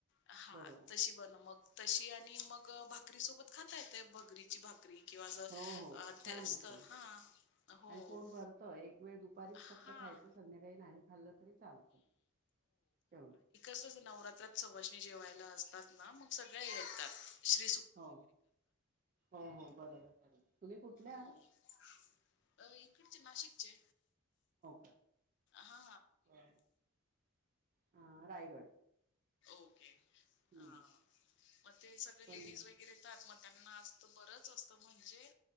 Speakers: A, on the left; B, on the right.
A: हा
B: बरोबर
A: बण मग तशी आणि मग भाकरी सोबत खाता येत भगरीची भाकरी किंवा असं
B: हो हो
A: अ,
B: छान
A: ते असतं
B: होत
A: हां, हो.
B: आणि पोन भरतं एक वेळ दुपारीच
A: हां,
B: फक्त खायचं संध्याकाळी नाही खाल्लं तरी चालतं तेवढं
A: स नवरात्रात सणी जेवायला असतात ना मग सगळ यात श्री
B: हो हो हो बरो ब तुम्ही कुठले
A: हं.
B: आहात
A: अ इकडचे नाशिकचे
B: का
A: हा
B: हो अ रायगड
A: ओके
B: हम्म
A: ह मग ते सगळे
B: पण
A: लेडीज व र येतात मग त्यांना आजत बरंच असतं म्हणजे